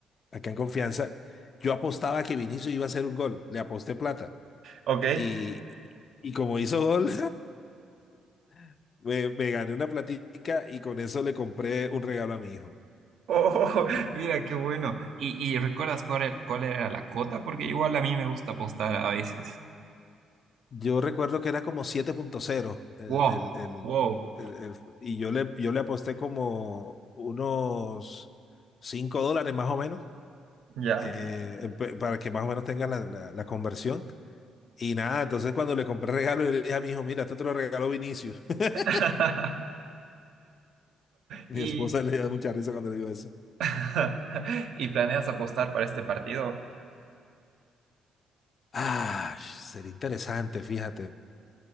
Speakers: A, on the left; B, on the right.
A: acá en Confianza, yo apostaba que Vinicius iba a hacer un gol, le aposté plata.
B: Ok.
A: Y, y como hizo gol, <laughs> me, me gané una platica y con eso le compré un regalo a mi hijo.
B: Oh, <laughs> mira, qué bueno. ¿Y, y recuerdas cuál, era- cuál era la cuota? Porque igual a mí me gusta apostar a veces.
A: Yo recuerdo que era como 7.0 el,
B: Wow,
A: el, el,
B: wow,
A: el- el- y yo le, yo le aposté como unos... 5 dólares más o menos.
B: Ya.
A: eh, pe- para que más o menos tenga la, la- la conversión. Y nada, entonces cuando le compré el regalo, yo le dije a mi hijo, mira, esto te lo regaló Vinicius. <laughs>
B: <laughs>
A: Mi
B: Y,
A: esposa le da mucha risa cuando le digo eso.
B: <laughs> y planeas apostar para este partido.
A: Ah, sería interesante, fíjate,